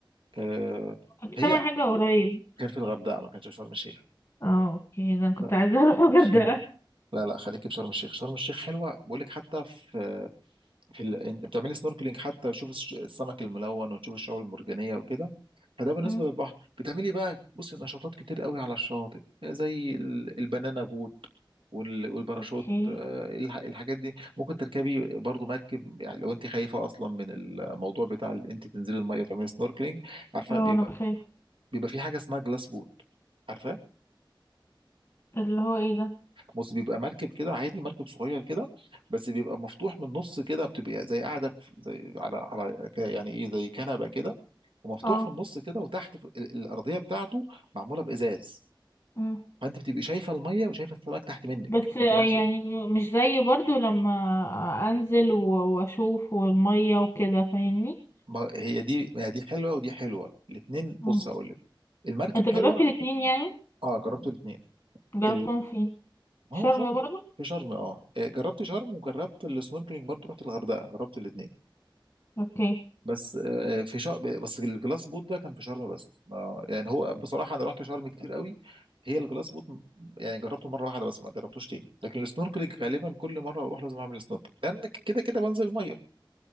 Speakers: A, on the right; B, on the left.
A: أه
B: كنت
A: هي
B: سامعة حاجة قريب
A: كان في الغردقه ما كانش في شرم الشيخ
B: اه اوكي ده انا كنت
A: لا
B: عايزة <laughs> اروح الغردقة
A: <laughs> لا لا خليك في شرم الشيخ شرم الشيخ حلوه بقول لك حتى في في ال... انت بتعملي سنوركلينج حتى تشوف الش- السمك الملون وتشوف الشعاب المرجانيه وكده فده بالنسبه
B: أمم،
A: للبحر بتعملي بقى بصي نشاطات كتير قوي على الشاطئ زي ال- البنانا بوت وال- والباراشوت
B: اوكي
A: آه، الح- الحاجات دي ممكن تركبي برضو مركب يعني لو انت خايفه اصلا من الموضوع بتاع ال- انت تنزلي الميه وتعملي سنوركلينج عارفه
B: اه
A: بيبقى
B: انا بخاف
A: بيبقى في حاجه اسمها جلاس بوت عارفه
B: اللي هو ايه ده
A: بص بيبقى مركب كده عادي مركب صغير كده بس بيبقى مفتوح من النص كده بتبقى زي قاعده في زي على على ك- يعني ايه زي كنبه كده ومفتوح
B: اه
A: في النص كده وتحت في ال- الارضيه بتاعته معموله بازاز
B: أمم.
A: فانت بتبقى شايفه الميه وشايفه السمك تحت منك
B: بس آه،
A: انت ماشيه
B: يعني مش زي برضو لما انزل و- واشوف والمية وكده فاهمني
A: ما هي دي ما هي دي حلوه ودي حلوه الاثنين
B: أمم.
A: بص هقول لك المركب
B: انت
A: حلوه
B: جربت الاتنين يعني
A: اه جربت الاثنين
B: جربتهم
A: ال...
B: فين
A: ما
B: شرم
A: هو في شرم
B: برضو
A: في شرم اه آه، جربت شرم وجربت السنوركلينج برضه رحت الغردقه جربت الاثنين
B: اوكي
A: بس آه، في شرم بس الجلاس بوت ده كان في شرم بس آه، يعني هو بصراحة أنا رحت شرم كتير قوي هي الجلاس بوت م- يعني جربته مرة واحدة بس ما جربتوش تاني لكن السنوركلينج غالبا كل مرة أروح لازم أعمل سنوركلينج لأن كده كده بنزل المية